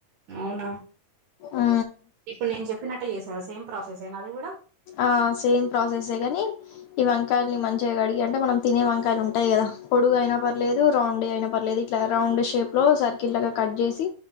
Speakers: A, on the right (about 70°); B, on the left (about 75°).
A: అవునా
B: ఉ
A: ఇప్పుడు నేను చెప్పినట్టే చేసారా సేమ్ ప్రాసెస్ ఏనా అది కూడ
B: ఆ సేమ్ ప్రాసెస్ ఏ గని ఈ వంకాయల్ని మంచిగా కడిగి అంటే మనం తినే వంకాయలు ఉంటాయి కదా పోడుగు అయినా పర్లేదు రౌండ్ ఉండే అయినా పర్లేదు ఇట్ల రౌండ్ షేప్ లో సర్కిల్ లాగా కట్ చేసి